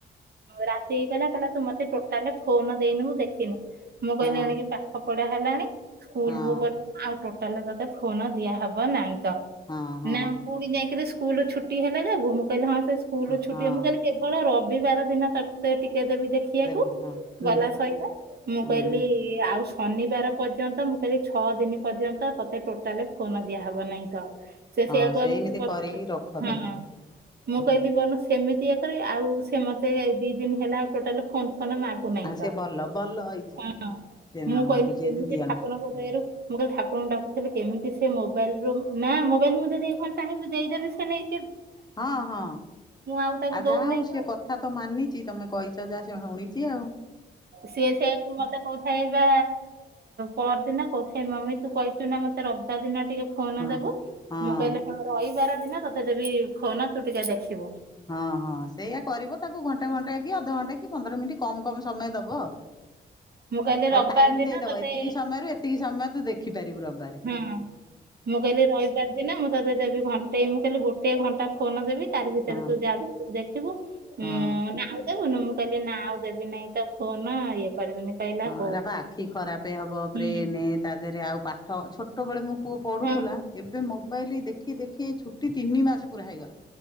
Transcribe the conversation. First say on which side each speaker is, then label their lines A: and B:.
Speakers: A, on the right; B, on the left.
A: ରାତି ହେଇଗଲେ କହିଲା ତୁ ମତେ ଟୋଟାଲି ଫୋନ ଦେଇନୁ ମୁ ଦେଖିନି। ମୁଁ କହିଲିଣି
B: ହଁ
A: କି ପାଠ ପଢା ହେଲାଣି ସ୍କୁଲ
B: ହଁ
A: ବୁ ଗଲାଣି ଆଉ ଟୋଟାଲୀ ତତେ ଫୋନ୍ ଦିଆ ହବ ନାଇଁ ତ
B: ହଁ ହଁ
A: ନା ପୁଣି ଯାଇକିରି ସ୍କୁଲ ଛୁ ଛୁଟି ହେଲେ ଯୁ ମୁଁ କହିଲି ହଁ ସେ ସ୍କୁଲୁ ଛୁଟି
B: ହଁ
A: ମୁଁ କହିଲି କେବ ରବିବାର ଦିନ ତତେ ଟିକେ ଦେବି ଦେଖି କିଏ
B: ଦେବେ
A: ଆକୁ
B: ହଁ ହୁଁ
A: ଗଲା ସୋଇଲା। ମୁଁ
B: ହୁଁ
A: କହିଲିଆଉ ଶନିବାର ପର୍ଯ୍ୟନ୍ତ ମୁଁ କାଲି ଛଅ ଦିନ ପର୍ଯ୍ୟନ୍ତ ତତେ ଟୋଟାଲ ଫୋନ ଦିଆହବ ନାହିଁ ତ। ସେ
B: ହଁ
A: ସେଆକୁ
B: ସେଇମିତି
A: ଆ ମତେ ପଚାରୁଛି
B: କରିକି ରଖ ତାକୁ
A: ହଁ। ମୁଁ
B: ହଁ
A: କହିଲି ବଣ ସେମିତି ୟରେ ଆଉ ସେ ମତେ ଦି ଦିନ ହେଲା ଆଉ ଟୋଟାଲ ଫୋନ ଫୋନ ମା ଆସୁନାଇତା
B: ଆ ସିଏ ଭଲ ଭଲ ହେଇଛି
A: ହଁ
B: ସେ
A: ମୁଁ
B: ମାମାକୁ
A: କହିଲି
B: ସିଏ
A: କେମିତି
B: ଯଦି ଦିଅନା
A: ଠାକୁରଙ୍କ ଦହରୁ ମୁଁ କାଲି ଠାରଙ୍କୁଡାକୁଥିଲ କେମିତି ସେ ମୋବାଇଲ ର ନା ମୋବାଇଲ ମୁଁ ଯଦି ଏ କଣ ଚାହିଁବି ଦେଇଦବି ସେ ନେଇ
B: ହଁ ହଁ
A: ଆଉ ତାକୁ
B: ଆ
A: ଦଉନାହିଁ
B: ଯାହା ହଉ
A: ତ
B: ସେ କଥା ତ ମାନିଛି ତମେ କହିଛ ଯାହା ଶୁଣି ଦିଅ
A: ସେ ସେ କୁମାର ମତେ କୋଉଥାଇ ବା ପରଦିନ କୋଉଥାଇ ମମେ ତୁ କହିଛୁ ନା ମତେ ରବିବାାର ଦିନ ଟିକେ ଫୋନ
B: ହଁ
A: ଦେବୁ
B: ହଁ
A: ମୁଁ କହିଲେ ରହିବାର ଦିନ ତୋତେ ଯବି ଫୋନ ତୁ ଟିକେ ଦେଖିବୁ
B: ହଁ ହଁ ସେଇଆ କରିବ ତାକୁ ଘଣ୍ଟେ ଘଣ୍ଟେ କି ଅଧଘଣ୍ଟା କି ପନ୍ଦର ମିନିଟ୍ କମ କମ ସମୟ ଦବ
A: ମୁଁ କହିଲି
B: ତାକୁ
A: ରବିବାର
B: ଟାଇମ
A: ଦିନ
B: ଦେଇଦବ
A: ତତେ
B: ଏତିକି ସମୟରୁ ଏତିକି ସମୟ ତୁ ଦେଖିପାରିବୁ ରବି
A: ହଁ ମୁଁ କିଲ ରାଇିବାର ଦିନେ ମୁଁ ତୋତେ ଦେବି ଘଣ୍ଟେଇ ମୁଁ କହିଲଲି ଗୋଟେ ଘଣ୍ଟା ଫୋନ ଦେବି ତାରି ଭିତରେ
B: ହଁ
A: ତୁ ଦେଖିବୁ ହୁଁ
B: ହଁ
A: ନାଉ ଦେବୁନୁ ମୁଁ କହିଲି ନା ଆଉ ଦେବି ନାଇଁ ତ ଫୋନ ଇଏ କରିବିନି କହିଲା
B: ହଁପ
A: ହଉ।
B: ଆଖି ଖରାପ ହବ
A: ହୁଁ
B: ବ୍ରେନ ତା ଦେହରେ ଆଉ ପାଠ ଛୋଟବେେଳେ ମୁଁ ପୁଅ ପଢୁଥିଲା
A: ହଁ
B: ଏବେ ମୋବାଇଲ ଦେଖି ଦେଖି ଏଇ ଛୁଟି ତିନି ମାସ ପୁରା ହେଇଗଲା